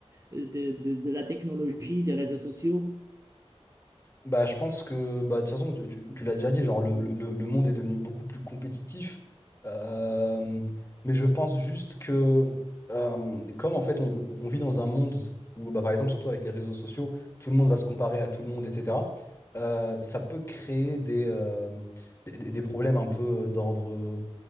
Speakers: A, on the right; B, on the left.
A: de, de, de- de la technologie, des réseaux sociaux.
B: Bah, je pense que bah, de toute façon, tu, tu- tu l'as déjà dit, genre, le, le- le monde est devenu beaucoup plus compétitif. Euh, mais je pense juste que, euh, comme en fait, on, on vit dans un monde où, bah, par exemple, surtout avec les réseaux sociaux, tout le monde va se comparer à tout le monde, etc. euh, ça peut créer des, euh, des, des- des problèmes un peu d'ordre, euh,